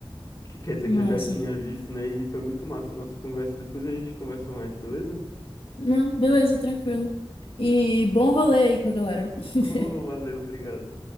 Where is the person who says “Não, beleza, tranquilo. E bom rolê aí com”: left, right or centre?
Left